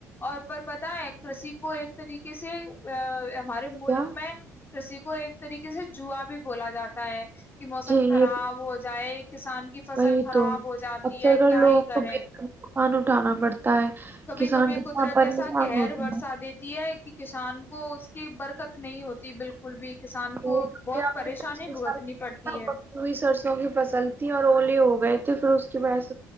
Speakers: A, on the left; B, on the right.
A: اور پر بدیں کری کو ایک طریقے سے ہمارے ملک
B: کیا
A: میں رسی کو ایک طریقے سے جوا بھی بولا جاتا ہے کہ موسم
B: جی
A: خراب
B: یہ
A: ہو جائے کسان کی فصل
B: وہی
A: خراب
B: تو
A: ہو جاتی
B: اکثر
A: ہے
B: کر
A: کیا
B: لوگوں
A: ہی کریں
B: کو بے نقصان اٹھانا پڑتا ہے
A: کبھی
B: کسان
A: کبھی
B: کتنا
A: قدرت
B: پریشان
A: ایسا کہہر
B: ہوتا
A: برسا
B: ہے
A: دیتی ہے کہ کسان کو کہ برکت نہیں ہوتی بالکل بھی کسان کو
B: پ
A: بہت
B: نے
A: پریشانی
B: پچھلے
A: بھگتنی
B: سال
A: پڑتی ہے
B: پو بھی سرسوں کی فصل تھی اور اولی ہو گئے پھر اس کے بعس <inaudible>